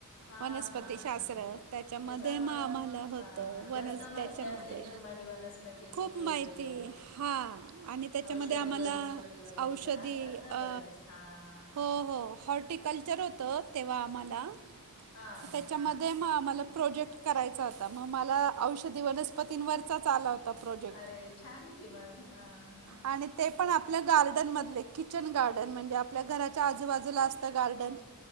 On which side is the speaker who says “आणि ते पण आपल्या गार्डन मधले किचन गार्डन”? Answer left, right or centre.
Right